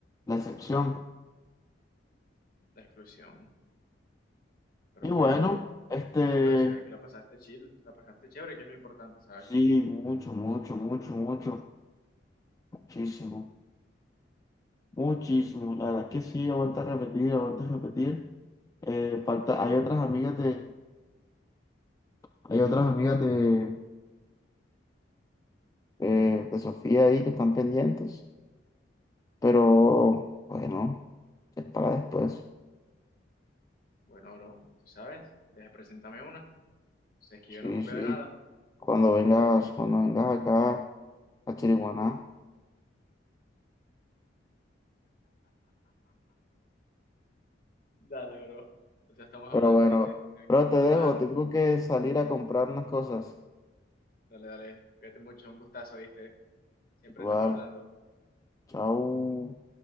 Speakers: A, on the left (about 20°); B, on the left (about 50°).
A: la excepción,
B: La exclusión. Pero
A: y bueno,
B: bueno,
A: este...
B: No, pero se ve que la pasaste chill, la pasaste chévere, que es lo importante, ¿sabes?
A: Sí, mucho, mucho, mucho, mucho, muchísimo, muchísimo. La verdad que sí, aguanta repetir, aguanta repetir. Eh, falta, hay otras amigas de, hay otras amigas de, eh, de Sofía ahí que están pendientes, pero bueno, es para después.
B: Bueno, bro, tú sabes, deja, preséntame una. Sabes que
A: Sí,
B: yo no copio
A: sí,
B: de nada.
A: cuando vengas, cuando vengas acá a Chiriguaná.
B: Dale, bro. Entonces estamos hablando,
A: Pero bueno,
B: ¿viste? Tengo
A: pero
B: que irme
A: te
B: a trabajar.
A: dejo, tengo que salir a comprar unas cosas.
B: Dale, dale, cuídate mucho, un gustazo, ¿viste? Siempre
A: Igual,
B: estamos hablando.
A: chao.